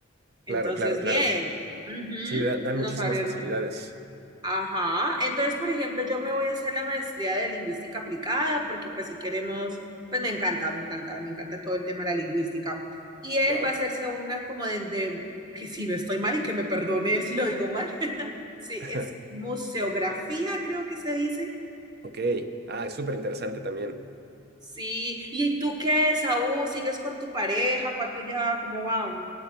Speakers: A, on the right (about 20°); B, on the right (about 45°).
A: Entonces,
B: Claro, claro,
A: bien,
B: claro.
A: ujú,
B: Sí, da- dan
A: nos
B: muchísimas
A: abrieron.
B: facilidades.
A: Ajá, entonces, por ejemplo, yo me voy a hacer la maestría de lingüística aplicada, porque pues si queremos, pues me encanta, me encanta, me encanta todo el tema de la lingüística. Y él
B: Wow.
A: va a hacerse una como de, de- que si no estoy mal y que me perdone él si lo digo mal. <laughs> Sí,
B: <laughs>
A: es museografía, creo que se dice.
B: Ok. Ah, es súper interesante también.
A: Sí, ¿y tú qué, Saúl? ¿Sigues con tu pareja? ¿Cuánto ya? ¿Cómo va?